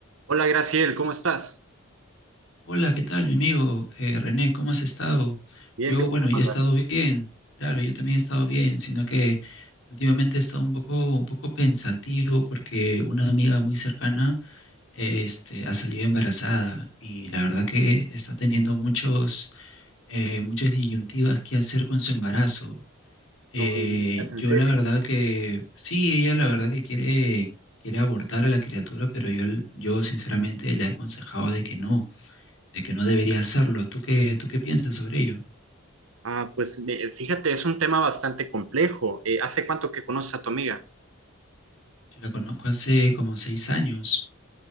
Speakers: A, on the right; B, on the left.
A: Hola Graciel, ¿cómo estás?
B: Hola, ¿qué tal, mi amigo eh, René? ¿Cómo has estado?
A: Bien,
B: Yo,
A: bien,
B: bueno,
A: ¿cómo
B: yo
A: andas?
B: he estado bien, claro, yo también he estado bien, sino que últimamente he estado un poco, un poco pensativo porque una amiga muy cercana, este, ha salido embarazada y la verdad que está teniendo muchos, eh, muchas disyuntivas que hacer con su embarazo. Eh,
A: No me digas, en
B: yo
A: serio.
B: la verdad que, sí, ella la verdad que quiere, quiere abortar a la criatura, pero yo, yo sinceramente le he aconsejado de que no de que no debería hacerlo. ¿Tú qué, tú qué piensas sobre ello?
A: Ah, pues me- fíjate, es un tema bastante complejo. Eh, ¿hace cuánto que conoces a tu amiga?
B: Yo la conozco hace como seis años.